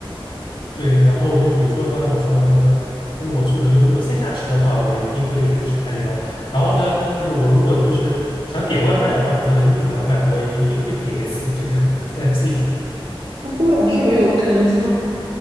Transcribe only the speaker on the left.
对，然后我就比如说刚才我说的那个，就是我去伦敦如果线下吃的话，我一定会去吃海底捞，然后呢，就是我如果就是想点外卖的话，在伦敦点外卖，我也一定会点一次这个 <laughs> KFC，